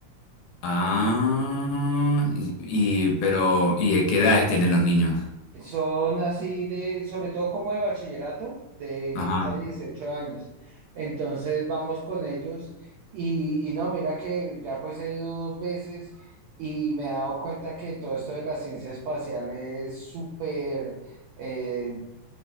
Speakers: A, on the left; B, on the right.
A: Ah, y, y- pero, ¿y qué edades tienen los niños?
B: Son así de, sobre todo como de bachillerato, de
A: Ajá.
B: 10 a 18 años. Entonces vamos con ellos y, y no, mira que ya pues he ido dos veces y me he dado cuenta que todo esto de la ciencia espacial es súper eh,